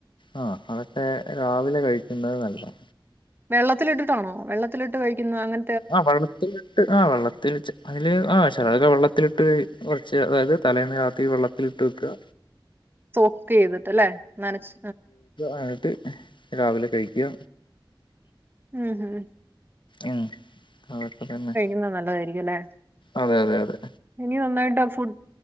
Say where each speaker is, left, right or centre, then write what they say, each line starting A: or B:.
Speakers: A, on the left (about 65°); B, on the right (about 25°).
A: ആ അതൊക്കെ രാവിലെ കഴിക്കുന്നത് നല്ലതാ
B: വെള്ളത്തിലിട്ടിട്ടാണോ വെള്ളത്തിലി ട്ട് കഴിക്കുന്നു അങ്ങനെ
A: ആഹ് വള്ളത്തിലി ആ വെള്ളത്തിൽ അതില് ആ ചിലതൊക്കെ വെള്ളത്തിലിട്ട് കുറച്ച് അതായത് തലേന്ന് രാത്രി വെള്ള ലിട്ടുവെക്ക
B: സോക്ക് ചെയ്തിട്ടല്ലേ നനച്
A: അതായത് രാവിലെ കഴിക്കുക
B: ഉം ഹും
A: മ്മ് അതെക്കെ തന്നെ
B: എല്ലാം നല്ലതായിരിക്കും അല്ലെ
A: അതെ അതെ അതെ
B: ഇനി നന്നായിട്ട് ആ ഫുഡ്